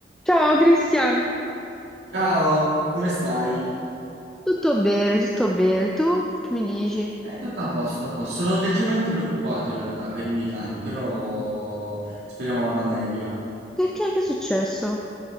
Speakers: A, in the centre; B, on the right.
A: Ciao Cristian,
B: Ciao, come stai?
A: Tutto bene, tutto bene. Tu che mi dici?
B: Eh, tutto a posto, a posto. Sono leggermente preoccupato in realtà per i miei cani, però speriamo vada meglio.
A: Perché? Che è successo?